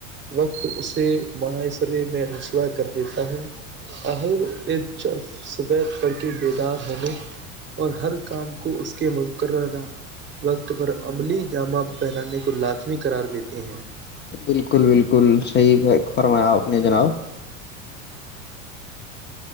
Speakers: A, on the right (about 30°); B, on the left (about 30°).
A: وقت اسے معاشرے میں رسوا کر دیتا ہےلرف صب کرڑ کے بیدار ہونے اور ہر کام کو اس کے مقررہ وقت پر عملی جامہ پہنانے کو لازمی قرار دیتے ہیں
B: بالکل بالکل صحیح فرمایا آپ نے جناب